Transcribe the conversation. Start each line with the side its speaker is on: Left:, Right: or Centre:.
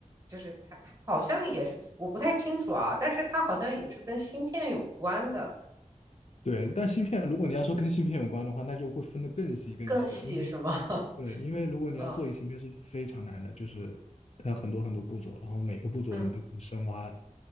Right: 就是他他好像也是，我不太清楚啊，但是他好像也是跟芯片有关的，
Left: 对，但芯片如果你要说跟芯片有关的话，那就会分得更细更细了，
Right: 更细是吗？
Left: 因为
Right: <laughs>
Left: 对，因为如果你要做一个芯片是非常难的，
Right: 嗯
Left: 就是它很多很多步骤，然后每个步骤你都可以深挖。
Right: 嗯